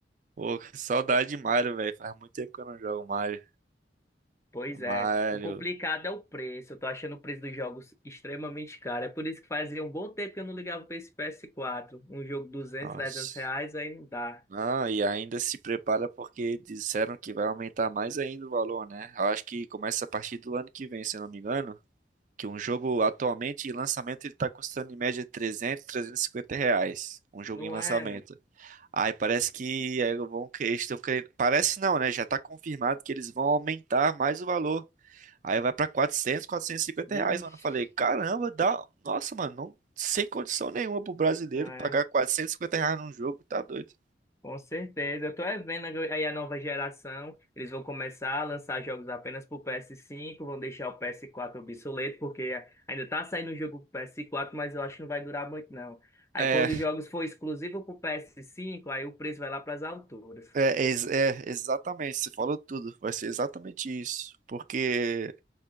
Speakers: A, on the right; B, on the left.
A: pô, que saudade de Mario, velho. Faz muito tempo que eu não jogo Mario.
B: Pois
A: Mario,
B: é, o complicado é o preço, eu tô achando o preço dos jogos extremamente caro, é por isso que fazia um bom tempo que eu não ligava pra esse PS4. Um jogo duzentos
A: nossa.
B: trezentos reais, aí não dá.
A: Não, e ainda se prepara porque disseram que vai aumentar mais ainda o valor, né? Eu acho que começa a partir do ano que vem, se eu não me engano. Que um jogo atualmente em lançamento ele tá custando em média 300, 350 reais. Um jogo
B: Não
A: em lançamento.
B: é, mano?
A: Aí parece que aí vão, que- eles estão querendo. Parece não, né? Já tá confirmado que eles vão aumentar mais o valor. Aí vai pra quatrocentos, quatrocentos e cinquenta
B: Vixe,
A: reais, mano. Eu falei, caramba, dá. Nossa, mano, não- sem condição nenhuma pro brasileiro
B: não
A: pagar 450 reais num jogo, tá doido.
B: Com certeza. Eu tô é vendo aí a nova geração. Eles vão começar a lançar jogos apenas pro ps cinco vão deixar o ps quatro obsoleto, porque ainda tá saindo um jogo pro ps quatro mas eu acho que não vai durar muito, não. Aí
A: É,
B: quando os jogos for exclusivo pro ps cinco aí o preço vai lá pras alturas.
A: é, ex- é, exatamente, você falou tudo. Vai ser exatamente isso. Porque